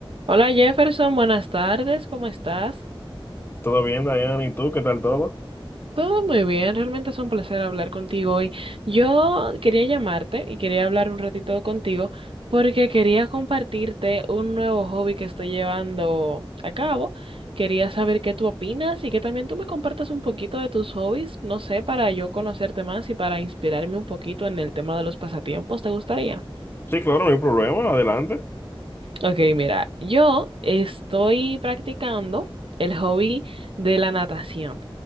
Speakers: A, on the right; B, on the left.
A: Hola Jefferson, buenas tardes, ¿cómo estás?
B: ¿Todo bien, Diana? ¿Y tú? ¿Qué tal todo?
A: Todo muy bien, realmente es un placer hablar contigo hoy. Yo quería llamarte y quería hablar un ratito contigo porque quería compartirte un nuevo hobby que estoy llevando a cabo. Quería saber qué tú opinas y que también tú me compartas un poquito de tus hobbies, no sé, para yo conocerte más y para inspirarme un poquito en el tema de los pasatiempos, ¿te gustaría?
B: Sí, claro, no hay problema, adelante.
A: Ok, mira, yo estoy practicando el hobby de la natación.